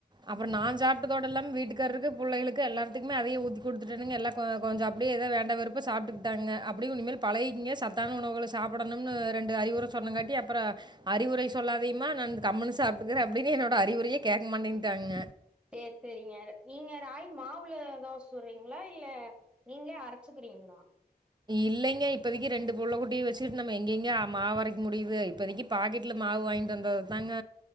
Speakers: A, on the right; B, in the centre.
A: அப்புறம் நான் சாப்பிட்டதோடல்லாம வீட்டுக்காரருக்கு பிள்ளகளுக்கு எல்லாத்துக்குமே அதைய ஊத்தி கொடுத்துட்டேங்க எல்லாம் கொஞ்சோ அப்படியே ஏதோ வேண்ட வெறுப்பா சாப்பிட்டுக்கிட்டாங்க அப்படியும் இனிமேல் பழகைிங்க சத்தான உணவுகள சாப்பிடணும்னு ரெண்டு அறிவுர சொன்னங்காட்டி அப்புறம் அறிவுர சொல்லாதியுமா நான் கம்ன்னு சாப்பிட்டுக்கறேன் அப்படின்னு என்னோட அறிவுரைய கேட்க மாட்டேங் தாங்க
B: சரி செரிங்க நீங்க ராய் மாவுல தோச சுடுறீங்களா இல்ல நீங்களே அரைச்சுக்குறீங்களா
A: இல்லைங்க இப்பதக்கி ரெண்டு புள்ள குட்டிய வச்சுட்டு நம்ம எங்கெங்க மாவு அரைக்க முடியுது இப்பதைகு பாக்கெட்ல மாவு வாங்கிட்டு வந்தது தாங்க